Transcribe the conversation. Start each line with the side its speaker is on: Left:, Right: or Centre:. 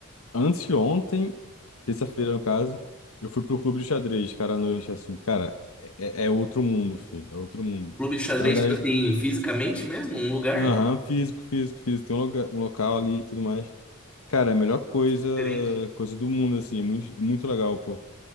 Left: Antes de ontem, terça-feira no caso, eu fui pro clube de xadrez, cara, à noite, assim, cara, é, é é outro mundo, filho, é outro mundo.
Centre: Clube de xadrez,
Left: Na verdade,
Centre: tipo assim, fisicamente mesmo? Um lugar?
Left: aham, físico, físico, físico, tem um, lugar, um local ali e tudo mais. Cara, é a melhor coisa,
Centre: Diferente.
Left: coisa do mundo, assim, é muito, muito legal, pô.